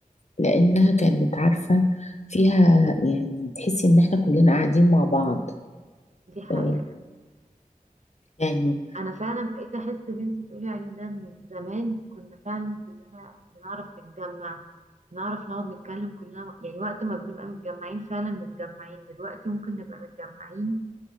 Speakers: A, on the left; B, on the right.
A: لانها كانت عارفه فيها يعني تحسي ان احنا كلنا قاعدين مع بعض
B: دي حقيقة
A: آه، يعني
B: انا فعلا بقيت احس اللي انت بتقولي عليه ده انه زمان كنا فعلا كلنا بنعرف نتجمع بنعرف نقعد نتكلم كلنا يعني وقت ما بنبقى متجمعين فعلا متجمعين دلوقتي ممكن نبقى متجمعين